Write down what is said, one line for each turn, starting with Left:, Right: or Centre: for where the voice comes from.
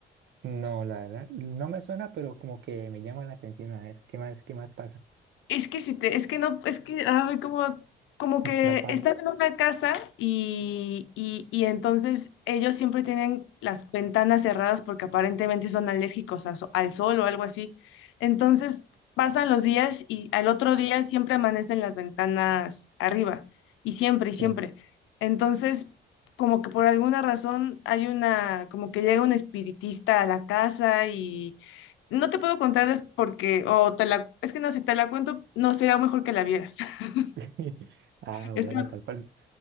Right: No, la verdad, no me suena, pero como que me llama la atención a ver qué más, qué más pasa.
Left: Es que si te, es que no, es que, ay, como, como que
Right: No paro.
Left: están en una casa y, y, y entonces ellos siempre tienen las ventanas cerradas porque aparentemente son alérgicos a so- al sol o algo así. Entonces pasan los días y al otro día siempre amanecen las ventanas arriba y siempre y
Right: Sí.
Left: siempre. Entonces, como que por alguna razón hay una, como que llega un espiritista a la casa y no te puedo contar des- porque, o te la, es que no, si te la cuento, no sería mejor que la vieras. <laughs>
Right: <laughs> Ah,
Left: Está,
Right: bueno, tal cual.